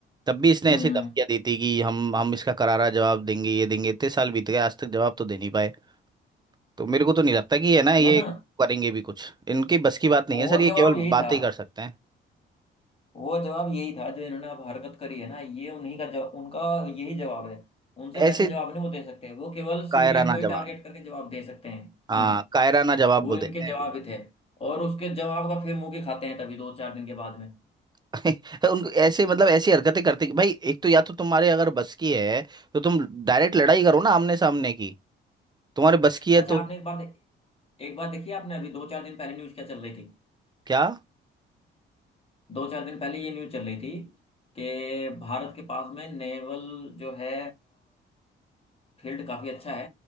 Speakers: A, on the right; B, on the left.
A: तब भी इसने
B: हम्म
A: ऐसी धमकियां दी थी कि हम हम इसका करारा जवाब देंगे ये देंगे इतने साल बीत गए आज तक जवाब तो दे नहीं पाए तो मेरे को तो नहीं लगता कि है ना ये
B: ना ना
A: करेंगे भी कुछ इनकी बस की बात नहीं
B: वो
A: है सर ये
B: जवाब
A: केवल
B: यही
A: बातें
B: था
A: ही कर सकते हैं
B: वो जवाब यही था जो इन्होंने अब हरकत करी है ना ये उन्हीं का जवाब उनका यही जवाब है उनसे
A: ऐसे
B: वैसा जवाब नहीं वो दे सकते हैं वो केवल सिविलियन
A: कायराना
B: को ही
A: जवाब
B: टारगेट करके जवाब दे सकते हैं
A: हाँ
B: हम्म
A: कायराना जवाब
B: वो
A: बोल
B: इनके
A: देते
B: जवाब
A: हैं
B: ही थे और उसके जवाब का फिर मुंह की खाते हैं तभी दो चार दिन के बाद में
A: <laughs> उनको ऐसे मतलब ऐसी हरकतें करते कि भाई एक तो या तो तुम्हारे अगर बस की है तो तुम डायरेक्ट लड़ाई करो ना आमने सामने की तुम्हारे बस की
B: अच्छा
A: है तो
B: आपने एक बार दे- एक बार देखिए आपने अभी दो चार दिन पहले न्यूज क्या चल रही थी
A: क्या
B: दो चार दिन पहले ये न्यूज चल रही थी कि भारत के पास में नेवल जो है फील्ड काफ़ी अच्छा है